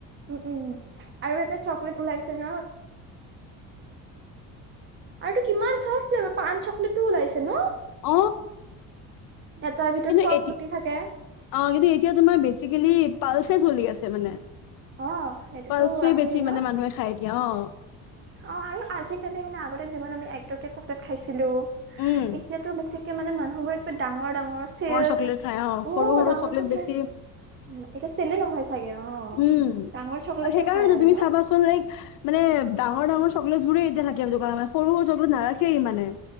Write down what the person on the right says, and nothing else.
উ উম, আৰু এটা চকলেট ওলাইছ <unintelligible> আৰুটো কিমান চখ লৈ পান চকলেটো ওলাইছে। ন
এটাৰ ভিতৰত
চব
গুটি থাকে
অ, এইটোতো
আছেই
ন?
অ আৰু আজিকালি মানে আগতে যিমান আমি এক কেট চকলেট খাইছিলো।
এতিয়াতো বেছি মানে মানুহবোৰ এক ডাঙৰ ডাঙৰ চিল্ক,
অ।
ডাঙৰ চকলেট
এতিয়া চেলে নহয় ছাগে অ।
ডাঙৰ চকলেটে
খাই আৰু
ন